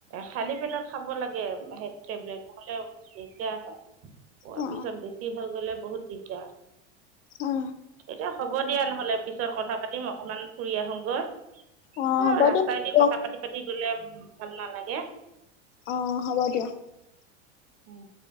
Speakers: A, on the right (about 40°); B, on the left (about 80°).
A: খালি পেটত খাব লাগে সেইটো টেবলেট, নহ'লে দিগদাৰ হয়। খোৱাৰ
B: অ
A: পিছত বেছি হৈ গ'লে বহুত দিগদাৰ।
B: অ'।
A: এতিয়া হ'ব দিয়া নহ'লে পিছত কথা পাতিম, অকনমান ফুৰি আহোগৈ।
B: অ
A: এই
B: হ'ব
A: ৰাস্তাইদি
B: দিয়ক
A: কথা পাতি পাতি গ'লে ভাল নালাগে।
B: অ' হ'ব দিয়ক।
A: উম।